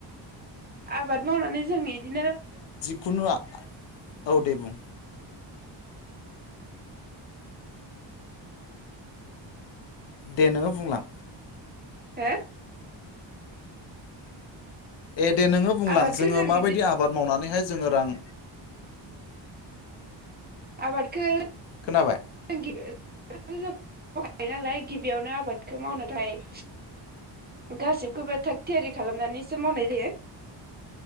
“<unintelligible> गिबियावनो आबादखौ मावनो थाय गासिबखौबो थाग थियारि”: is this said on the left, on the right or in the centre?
Right